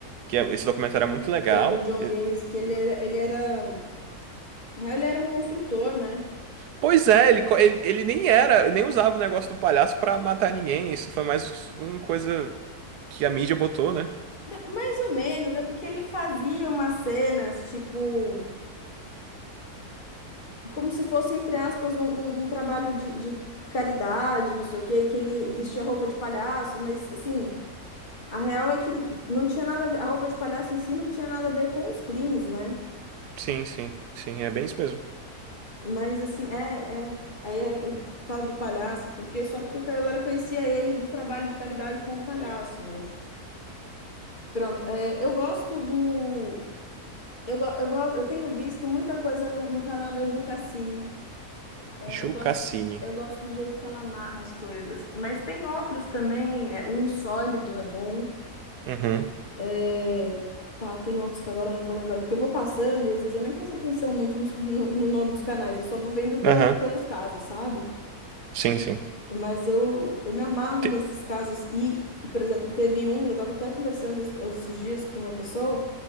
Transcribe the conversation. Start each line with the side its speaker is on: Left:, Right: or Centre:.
Right: que é- esse documentário é muito legal.
Left: que é o do John
Right: E-
Left: Gaze, que ele era, ele era, na real, ele era um construtor, né?
Right: Pois é, ele, co- ele, ele nem era, nem usava o negócio do palhaço pra matar ninguém, isso foi mais uma coisa que a mídia botou, né?
Left: Não, mais ou menos, é porque ele fazia umas cenas, tipo, como se fosse, entre aspas, um, um- um trabalho de, de caridade, não sei o quê, que ele vestia roupa de palhaço, mas, assim, a real é que não tinha nada a ver, a roupa de palhaço em si não tinha nada a ver com os crimes, né?
Right: Sim, sim, sim, é bem isso mesmo.
Left: Mas, assim, é, é, aí é, eu falo do palhaço, porque só porque o cara conhecia ele do trabalho de caridade como palhaço, mas... Pronto, é, eu gosto do. Eu, go- eu, gosto, eu tenho visto muita coisa no, no canal da Ju Cassini. É,
Right: Ju
Left: eu gosto,
Right: Cassini.
Left: eu gosto do jeito que ela narra as coisas. Mas tem outros também. é, o Insólido é bom.
Right: Uhum.
Left: é, pá, tem outros que agora eu não vou lembrar, porque eu vou passando e às vezes eu nem presto atenção muito nos, <laughs> can- no, no nome dos canais. Eu só vou vendo pelo,
Right: Aham.
Left: pelos casos, sabe?
Right: Sim, sim.
Left: Mas eu, eu me amarro
Right: Te-
Left: nesses casos. E, e, por exemplo, teve um, eu estava até conversando es- esses dias com uma pessoa